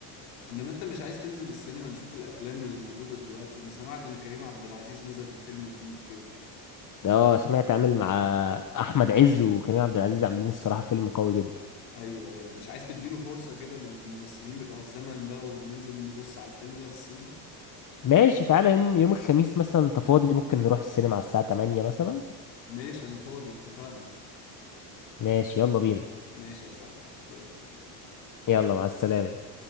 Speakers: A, on the left; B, on the left.
A: انما انت مش عايز تنزل السينما نشوف الافلام اللي موجودة دلوقتي انا سمعت ان كريم عبد العزيز نزل بفيلم جديد كده
B: آه سمعت عامل مع أحمد عز وكريم عبد العزيز عاملين الصراحة فيلم قوي جدا
A: ايوه ايوه مش عايز تديله فرصة كده للممثلين بتوع الزمن ده وننزل نبص على الفيلم ده في السينما
B: ماشي تعالى يوم يوم الخميس مثلا أنت فاضي ممكن نروح السينما على الساعة 8 مثلا
A: ماشي انا فاضي اتفقنا
B: ماشي يلا بينا
A: ماشي يا صاحبي يلا
B: يلا مع السلامة